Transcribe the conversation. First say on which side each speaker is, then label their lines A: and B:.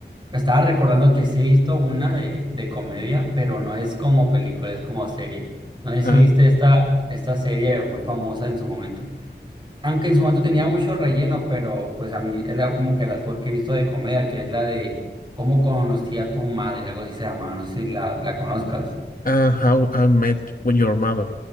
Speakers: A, on the right; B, on the left.
A: me estaba recordando que sí he visto una de, de comedia, pero no es como película, es como serie. No sé si
B: Ah,
A: viste esta, esta serie muy famosa en su momento. Aunque en su momento tenía mucho relleno, pero pues a mí es la- como que las fue que he visto de comedia, que es la de ¿Cómo conocí a tu madre? Algo así se llamaba, no sé si la, la conozcas.
B: ah, How I Met Your Mother.